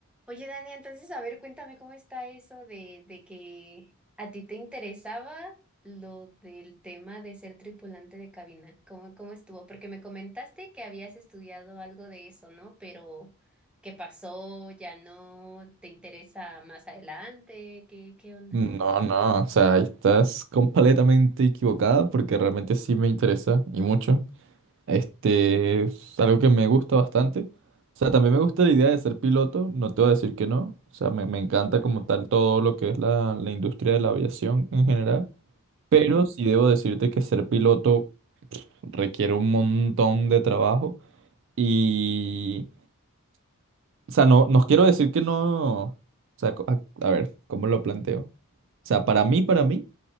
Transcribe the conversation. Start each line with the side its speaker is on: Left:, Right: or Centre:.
Centre: Oye, Dani, entonces, a ver, cuéntame cómo está eso de, de que a ti te interesaba lo del tema de ser tripulante de cabina. ¿Cómo, cómo estuvo? Porque me comentaste que habías estudiado algo de eso, ¿no? Pero, ¿qué pasó? ¿Ya no te interesa más adelante? ¿Qué, qué onda?
Right: No, no, o sea, estás completamente equivocada porque realmente sí me interesa y mucho. Este es algo que me gusta bastante. O sea, también me gusta la idea de ser piloto, no te voy a decir que no. O sea, me, me encanta
Centre: Wow.
Right: como tal todo lo que es la, la industria de la aviación en general. Pero sí debo decirte que ser piloto requiere un montón de trabajo y... O sea, no, no quiero decir que no... O sea, co- a a ver, ¿cómo lo planteo? O sea, para mí, para mí.